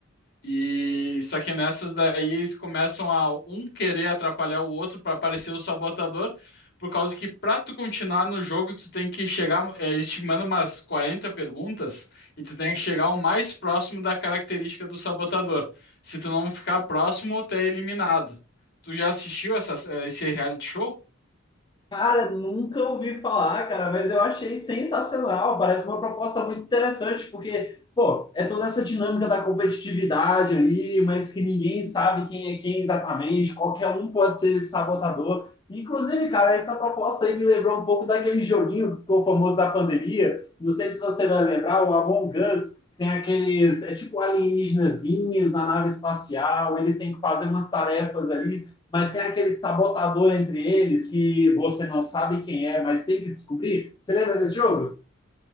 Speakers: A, on the left; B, on the left.
A: E só que nessas daí eles começam a um querer atrapalhar o outro para parecer o sabotador, por causa que para tu continuar no jogo, tu tem que chegar, é, eles te mandam umas 40 perguntas e tu tem que chegar o mais próximo da característica do sabotador. Se tu não ficar próximo, tu é eliminado. Tu já assistiu essa, é, esse reality show?
B: Cara, nunca ouvi falar, cara, mas eu achei sensacional. Parece uma proposta muito interessante, porque, pô, é toda essa dinâmica da competitividade ali, mas que ninguém sabe quem é quem exatamente, qualquer um pode ser sabotador. Inclusive, cara, essa proposta aí me lembrou um pouco daquele joguinho que ficou famoso da pandemia. Não sei se você vai lembrar, o Among Us. Tem aqueles, é tipo alienígenazinhos na nave espacial, eles têm que fazer umas tarefas ali mas tem aquele sabotador entre eles que você não sabe quem é, mas tem que descobrir. Você lembra desse jogo?